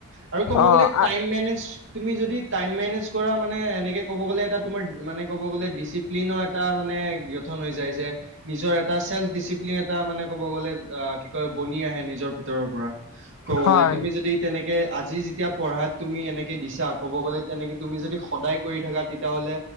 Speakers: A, on the right; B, on the left.
A: আৰু ক'ব
B: অ',
A: গলে টাইম
B: আ,
A: মেনেজ তুমি যদি টাইম মেনেজ কৰা মানে এনেকে কব গলে এটা মানে কব গলে এটা ডিচিপ্লিন এটা মানে ঠন হৈ যায় যে নিজৰ এটা চেলপ্ ডিচিপ্লিন এটা মানে কব গলে আ কি কয় বনি আহে নিজৰ ভিতৰৰ পৰা ক'বলে
B: হয়,
A: তুমি যদি তেনেকে আজি যেতিয়া পঢ়াত তুমি এনেকে দিছা ক'ব গ'লে তেনেকে তুমি যদি সদায় কৰি থাকা তেতিয়াহ'লে